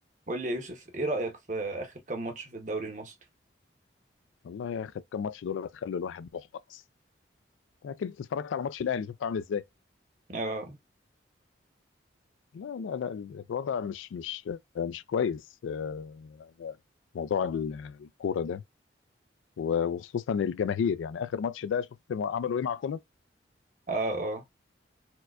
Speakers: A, on the right; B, on the left.
A: قول لي يا يوسف ايه رأيك في آخر كام ماتش في الدوري المصري؟
B: والله يا اخي كم ماتش دول هتخلوا الواحد محبط اصلا أنت اكيد اتفرجت على ماتش الاهلي شفته عامل ازاي
A: اه
B: لا لا لا الوضع مش مش مش كويس آه، موضوع ال- الكوره ده و- وخصوصا الجماهير يعني اخر ماتش ده شفت ما عملوا ايه مع كولر
A: اه اه